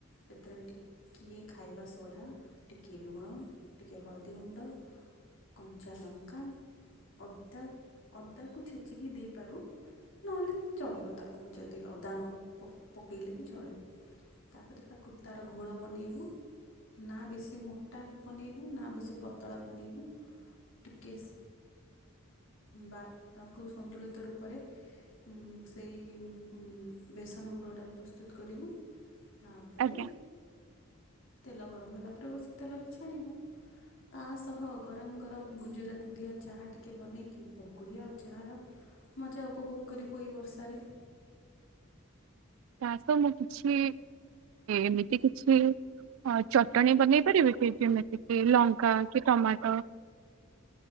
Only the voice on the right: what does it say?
ଆଜ୍ଞା
ତାସ ମୁଁ କିଛି ଏମିତି କିଛି ହଁ ଚଟଣି ବନେଇ ପାରିବେ କି ଯେମିତି କି ଲଙ୍କା କି ଟମାଟ?